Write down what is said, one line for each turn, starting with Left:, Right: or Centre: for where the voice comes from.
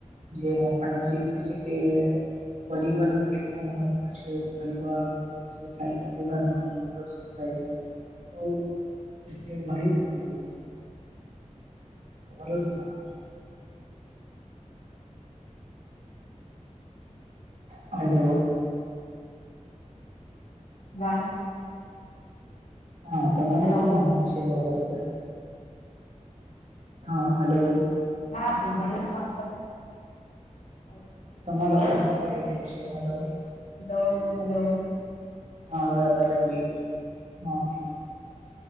Right: જે આપણને શીખવે છે કે પરિવારનું કેટલું મહત્વ છે. પરિવાર તો શું થાય પરિવાર ન હોય તો શું થાય? તો એવી ઘણી બધી મૂવી છે તમારું શું માનવું છે? હાલો
Left: વાણિત
Right: હા તમારું
Left: હલો
Right: શું માનવું છે એ બાબત પર? હા હલો
Left: હા છે ગણિતમાં <inaudible>
Right: તમારો
Left: હલો
Right: અવાજ કપાઈ જાય છે હલો
Left: હલો હલો
Right: હા હવે અવાજ આવી રહ્યો હા